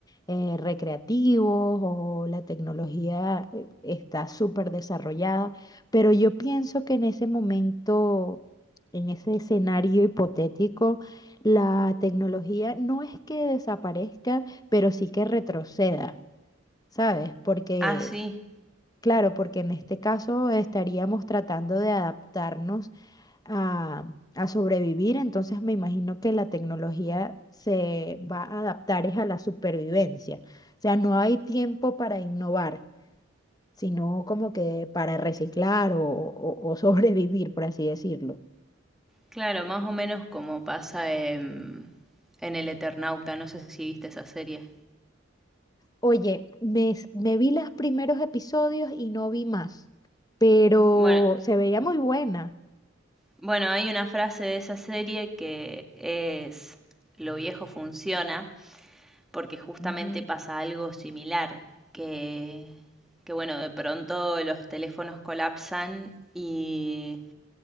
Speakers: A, on the left; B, in the centre.
A: eh, recreativos o la tecnología eh, está súper desarrollada, pero yo pienso que en ese momento, en ese escenario hipotético, la tecnología no es que desaparezca, pero sí que retroceda, ¿sabes? Porque...
B: Ah, sí.
A: Claro, porque en este caso estaríamos tratando de adaptarnos a, a sobrevivir, entonces me imagino que la tecnología se va a adaptar es a la supervivencia. O sea, no hay tiempo para innovar, sino como que para reciclar o, o- o <laughs> sobrevivir, por así decirlo.
B: Claro, más o menos como pasa en, en El Eternauta. No sé si viste esa serie.
A: Oye, me, s- me vi los primeros episodios y no vi más, pero
B: Bueno,
A: se veía muy buena.
B: bueno, hay una frase de esa serie que es lo viejo funciona, porque justamente
A: Ujú,
B: pasa algo similar, que, que bueno, de pronto los teléfonos colapsan y